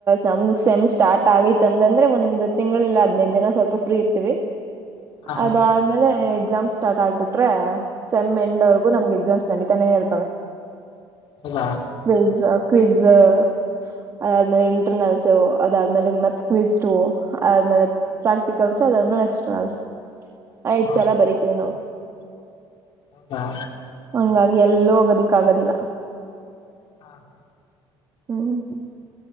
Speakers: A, on the right; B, on the left.
A: ನಮ ಸೆಮ್ ಸ್ಟಾರ್ಟ್ ಆಗೈತ ಅಂತಂದ್ರೆ ಒಂದ್ ತಿಂಗಳಿಲ್ಲ ಹದನೈದ ದಿನ ಸ್ವಲ್ಪ ಫ್ರೀ ಇರ್ತೀವಿ
B: ಹಾ ಹಾ
A: ಅದ ಆಮೇಲೆ ಎಕ್ಸಾಮ್ಸ್ ಸ್ಟಾರ್ಟ್ ಆಗ್ಬಿಟ್ರೆ ಸೆಮ್ ಎಂಡ್ ವರೆಗೂ ನಮ್ಗೆ ಎಕ್ಸಾಮ್ಸ್ ನಡೀತಾನೆ ಇರ್ತವೆ
B: ಹೌದಾ
A: ಪಿಜಜಾ ಕೃವಿಜ್ಜ <unintelligible> ಅದಾದ್ಮೇಲೆ ಇಂಟರ್ನಲ್ಸ್ ಅದಾದ್ಮೇಲೆ ಮತ್ತ ಕ್ವಿಸ ಆದ್ಮೇಲೆ ಪ್ರಾಕ್ಟ ಕಲ್ಸ ಅದಾದ್ಮೇಲೆ ನೆಕ್ಸ್ಟ್ಲ್ಸ ಆಯ್ತ್
B: ಹಾ
A: ಸಲ ಬರಿತೀವಿ ನಾವು
B: ಹಾ
A: ಹಂಗಾಗಿ ಎಲ್ಲೋ ಹೋಗೋದಕ್ಕ ಆಗದಿಲ್ಲ್ಮ
B: ಹಾ ಹಾ
A: ಹ್ಮ್